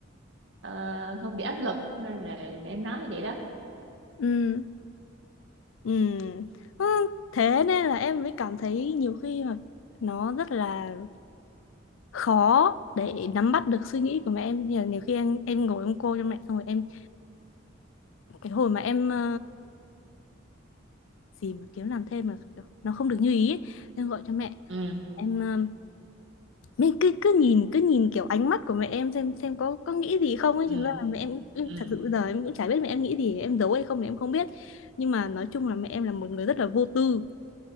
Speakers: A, on the right (about 70°); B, on the left (about 80°).
A: ờ, không bị áp lực nên là mẹ em nói như vậy đó
B: ừ ừ Ừ, thế nên là em mới cảm thấy nhiều khi mà nó rất là khó để nắm bắt được suy nghĩ của mẹ em thì là nhiều khi em em ngồi em cô cho mẹ xong rồi em cái hồi mà em ờ, gì mà kiếm làm thêm mà nó không được như ý ấy. Em gọi cho mẹ
A: ừ
B: em um, mình cứ cứ nhìn cứ nhìn kiểu ánh mắt của mẹ em xem xem có có nghĩ gì không ấy
A: ừ
B: thành ra là mẹ em, em
A: ừ
B: thật sự bây giờ em cũng chả biết mẹ em nghĩ gì em giấu hay không thì em không biết nhưng mà nói chung là mẹ em là một người rất là vô tư